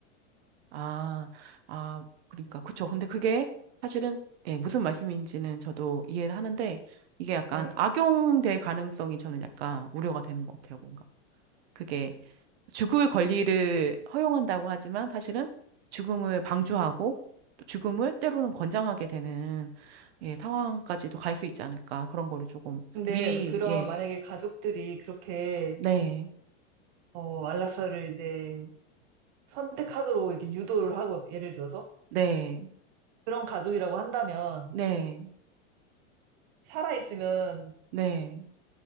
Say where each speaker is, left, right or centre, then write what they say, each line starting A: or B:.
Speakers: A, on the right (about 60°); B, on the right (about 45°).
A: 아, 아, 그러니까 그쵸. 근데 그게 사실은 예, 무슨 말씀인지는 저도 이해를 하는데 이게 약간
B: 네.
A: 악용될 가능성이 저는 약간 우려가 되는 것 같아요. 뭔가 그게 죽을 권리를 허용한다고 하지만 사실은 죽음을 방조하고 또 죽음을 때로는 권장하게 되는 예, 상황까지도 갈 수 있지 않을까 그런 거를 조금
B: 근데
A: 미리
B: 그런
A: 예,
B: 만약에 가족들이 그렇게
A: 네,
B: 어, 안락사를 이제 선택하도록 이렇게 유도를 하고, 예를 들어서
A: 네,
B: 그런 가족이라고 한다면
A: 네,
B: 살아 있으면
A: 네.